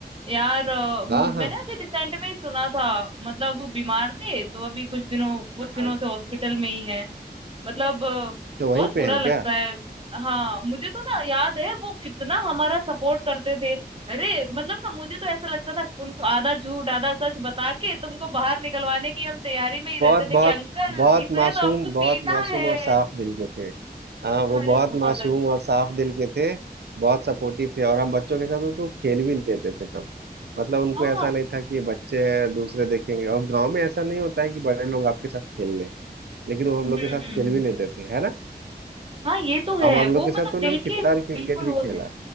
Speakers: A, on the right; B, on the right.
A: यार अ, मुझ
B: हाँ हाँ
A: मैंने अभी रिसेंट में ही सुना था मतलब वो बीमार थे तो अभी कुछ दिनों कुछ
B: हाँ,
A: दिनों से हॉस्पिटल में ही है मतलब अ,
B: तो वहीं
A: बहुत
B: पे
A: बुरा
B: है
A: लगता
B: क्या
A: है हाँ मुझे तो ना याद है वो कितना हमारा सपोर्ट करते थे अरे मतलब ना मुझे तो ऐसा लगता था उनको आधा झूठ आधा सच बता के तुमको बाहर निकलवाने की हम तैयारी में ही रहते
B: बहुत
A: थे कि
B: बहुत
A: अंकल
B: बहुत
A: इसने
B: मासूम
A: तो हमको पीटा
B: बहुत मासूम
A: है
B: और साफ दिल के थे हाँ वो
A: अरे
B: बहुत
A: बहुत
B: मासूम
A: अच्छे
B: और साफ दिल के थे बहुत सपोर्टिव थे और हम बच्चों के साथ वो तो खेल भी लेते थे तब मतलब उनको
A: हाँ
B: ऐसा नहीं था कि ये बच्चे हैं दूसरे देखेंगे और गांव में ऐसा नहीं होता है कि बड़े लोग आपके साथ खेल लें लेकिन वो हम
A: हम्म
B: लोग के साथ
A: हम्म हम्म।
B: खेल भी लेते थे है ना
A: हाँ ये तो है
B: हम हम
A: वो
B: लोग के साथ
A: मतलब
B: तो उन्होंने
A: दिल के
B: कितना क्रिकेट
A: बिल्कुल
B: भी
A: वो
B: खेला
A: थे
B: है।